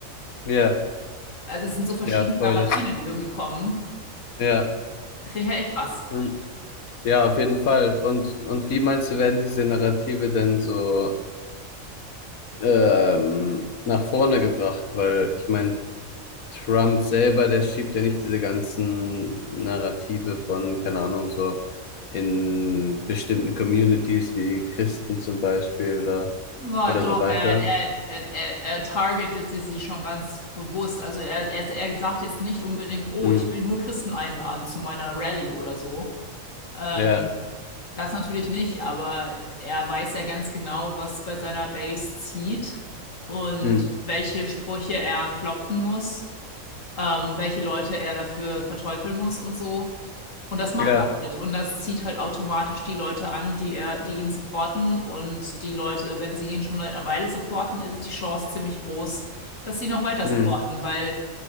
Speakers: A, on the left (about 85°); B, on the left (about 65°).
A: Ja.
B: Also es sind so verschiedene
A: Ja, voll
B: Narrative,
A: das.
B: die irgendwie kommen.
A: Ja.
B: Finde ich halt echt krass.
A: Mhm. Ja, auf jeden Fall. Und, und wie meinst du, werden diese Narrative denn so ähm, nach vorne gebracht? Weil ich meine, Trump selber, der schiebt ja nicht diese ganzen Narrative von, keine Ahnung, so in bestimmten Communities wie Christen zum Beispiel oder,
B: Ja,
A: oder
B: doch,
A: so weiter.
B: er, er, er, er er targetete sie schon ganz bewusst. Also er, er, er sagt jetzt nicht unbedingt, oh,
A: Mhm.
B: ich will nur Christen einladen zu meiner Rallye oder so. Ähm,
A: Ja.
B: das natürlich nicht, aber er weiß ja ganz genau, was bei seiner Base zieht und
A: Mhm.
B: welche Sprüche er klopfen muss, ähm, welche Leute er dafür verteufeln muss und so. Und das macht
A: Ja.
B: er halt. Und das zieht halt automatisch die Leute an, die er, die ihn supporten. Und die Leute, wenn sie ihn schon seit einer Weile supporten, ist die Chance ziemlich groß, dass sie noch weiter
A: Mhm.
B: supporten, weil